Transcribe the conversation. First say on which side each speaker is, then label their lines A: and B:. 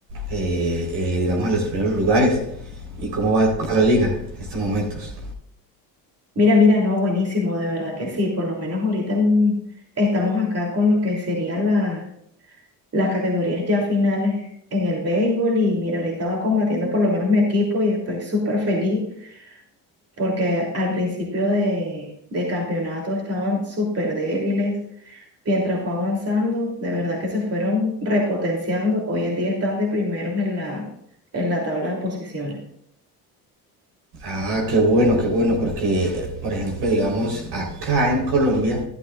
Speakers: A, on the right; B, on the right.
A: eh, eh, digamos, a los primeros lugares? ¿Y cómo va la liga en estos momentos?
B: Mira, mira, no, buenísimo, de verdad que sí, por lo menos ahorita mm, estamos acá con lo que serían la- las categorías ya finales en el béisbol y mira, ahorita va combatiendo por lo menos mi equipo y estoy súper feliz porque al principio de, de campeonato estaban súper débiles, mientras fue avanzando, de verdad que se fueron repotenciando, hoy en día están de primeros en la, en la tabla de posiciones.
A: Ah, qué bueno, qué bueno, porque, eh, por ejemplo, digamos, acá en Colombia,